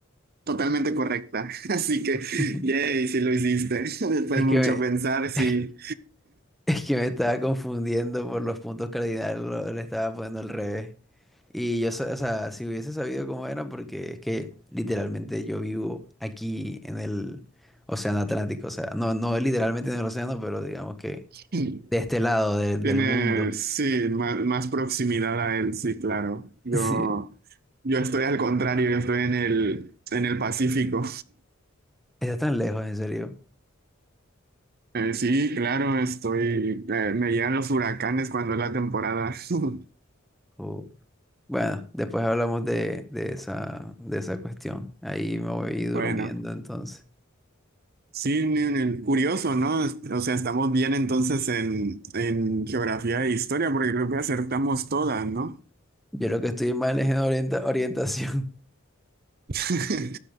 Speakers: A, on the right; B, in the centre.
A: totalmente correcta. <laughs> Así que,
B: <laughs>
A: yay, si lo hiciste. <laughs> Después de
B: Es
A: mucho
B: que me-
A: pensar, sí.
B: <laughs> Es que me estaba confundiendo por los puntos cardinales, lo- le estaba poniendo al revés. Y yo, sa- o sea, si hubiese sabido cómo era, porque es que literalmente yo vivo aquí en el Océano Atlántico, o sea, no, no literalmente en el océano, pero digamos que
A: <laughs>
B: de este lado de- del
A: Tiene,
B: mundo.
A: sí, más, más proximidad a él, sí, claro. Yo,
B: <laughs> Sí,
A: yo estoy al contrario, yo estoy en el, en el Pacífico.
B: está tan lejos, en serio.
A: Eh, sí, claro, estoy, eh, me llegan los huracanes cuando es la temporada. <laughs>
B: Oh. Bueno, después hablamos de, de esa, de esa cuestión. Ahí me voy durmiendo,
A: Bueno,
B: entonces.
A: sí, ni- ni- curioso, ¿no? O sea, estamos bien entonces en, en geografía e historia, porque creo que acertamos todas, ¿no?
B: Yo lo que estoy mal es en orienta- orientación.
A: <laughs>